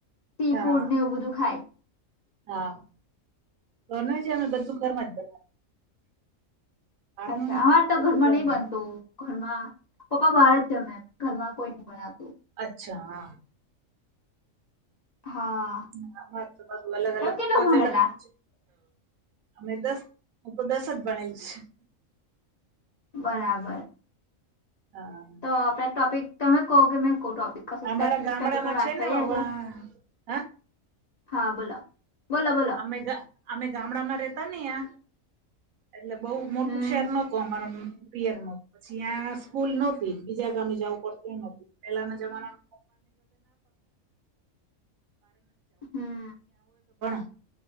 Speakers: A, on the left; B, on the right.
A: સી
B: હા
A: ફૂડ ને એવું બધું ખાય
B: હા બનો છે, અમે બધું ઘરમ જ બ
A: અચ્છા
B: નું નહી
A: અરે તો
B: બધું
A: ઘરમાં નઈ બનતું
B: જ.
A: ઘરમાં પપ્પા બહાર જ જમે ઘરમાં કોઈ <inaudible>
B: અચ્છા હા
A: હા
B: હા અમારે તો બધું અલગ અલગ
A: તમે કેટલું
B: રોજ
A: ભણેલા
B: અલગ અલગ છે. અમે દસ હું તો દસ જ ભણેલું છ
A: બરાબર
B: હમ હા
A: આપણા ટોપિક તમે કહો કે મેં કોહ ટોપિક કસ
B: અમારા
A: સ્પેસિફિક
B: ગામડામાં
A: ટોપિક વાટતા
B: છે ને
A: હજે
B: વા હા
A: હા બોલો બોલો બોલો
B: અમે અમે ગામડામાં રેતા નને આ એટલે બઉ મોટું
A: હમ
B: શહેર ન અમારા પીયરનો પછી યાં સ્કૂલ નહોતી બીજા ગામે જવું પડતું એ નું પેલાના જમાના
A: હમ
B: <unintelligible>